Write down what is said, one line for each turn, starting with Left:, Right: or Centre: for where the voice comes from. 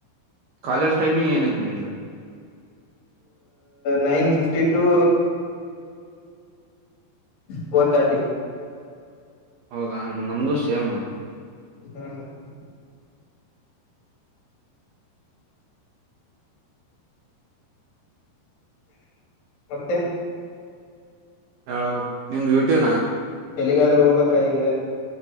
Right: ಕಾಲೇಜ್ ಟೈಮಿಂಗ್ ಏನಐತಿ ನಿಮ್ದ
Left: nine fifty to four thirty
Right: ಹೌದಾ ನಮ್ದು ಸೇಮ್
Left: ಹ್ಮ್ ಹ್ಮ್ ಹಾ <inaudible> ಮತ್ತೆ
Right: ಹ ನಿಮ್ದ ಡ್ಯೂಟನಾ
Left: ಯಲಿಗಾದ್ರೂ ಹೋಗ್ಬಕ್ಕ ಈಗ